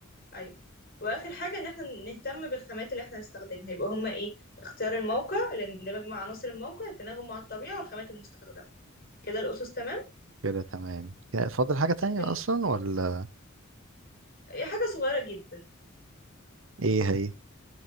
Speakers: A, on the left; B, on the right.
A: أيوه وآخر حاجة إن احنا نهتم بالخامات اللي احنا هنستخدمها يبقى هما إيه اختيار الموقع الاندماج مع عناصر الموقع التناغم مع الطبيعة والخامات المستخدمة كده الأسس تمام
B: كده تمام كده فاضل حاجه تانية
A: ممكن
B: اصلا ولا
A: إيه حاجة صغيرة جدا
B: ايه هي